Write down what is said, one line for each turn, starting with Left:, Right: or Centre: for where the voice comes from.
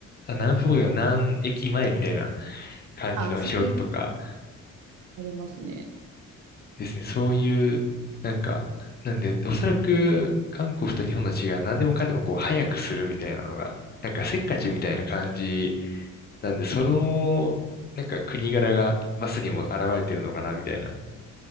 Left: あ、何分後というか何駅前みたいな感じの表記とか
Right: ああ、そういうのありますね。
Left: ですね。そういう、なんか、なんで、おそらく韓国と日本の違いは何でもかんでもこう早くするみたいなのが、なんかせっかちみたいな感じなんで、その、なんか国柄がバスにも現れてるのかなみたいな。